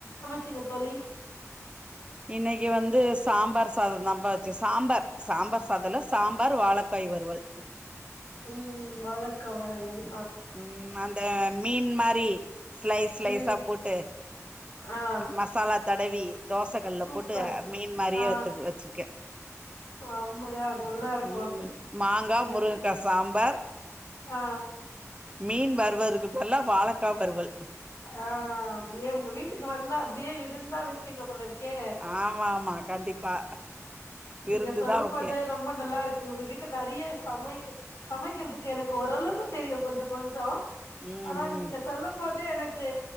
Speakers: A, on the left; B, on the right.
A: சிங்க தோழி
B: இன்னைக்கு வந்து சாம்பார் சாதந்தாம்ப்பா வச்ச சாம்பார் சாம்பார் சாதல்ல சாம்பார் வாழக்காய் வருவல்
A: உம் வாழக்கா வருவல்
B: உம் அந்த மீன் மா ரி ஸ்லைஸ் ஸ்லைஸா
A: ம்
B: போட்டு
A: ஆ
B: மசாலா தடவி தோசகள்ல
A: சூப்பர்
B: போட்டு மீன் மாரியே
A: ஆ
B: வத்து வச்சிருக்கே
A: செம்மையா நல்லா இருக்கு
B: உம் மாங்கா
A: நீங்க
B: முருங்கக்கா சாம்பார்
A: ஆ
B: மீன் வரு வருக்குபல்லா வாழக்கா வறுவல்
A: ஆ அப்டியே உங்க வீட்டுக்கு வந்தா அப்டியே விருந்தா வைப்பீங்க போல இருக்கே
B: ஆமா ஆமா கண்டிப்பா விருந்துதா
A: நீங்க சொல்லும்
B: வப்பே
A: போதே ரொம்ப நல்லா இருக்கு உங்ககிட்ட நெறைய சமை சமைக்கிறதுக்கு எனக்கு ஓரளவுக்கு தெரியு கொஞ்சோ கொஞ்சோ
B: ம்
A: ஆனா
B: ம்
A: நீங்க சொல்லம் போது து எனக்கு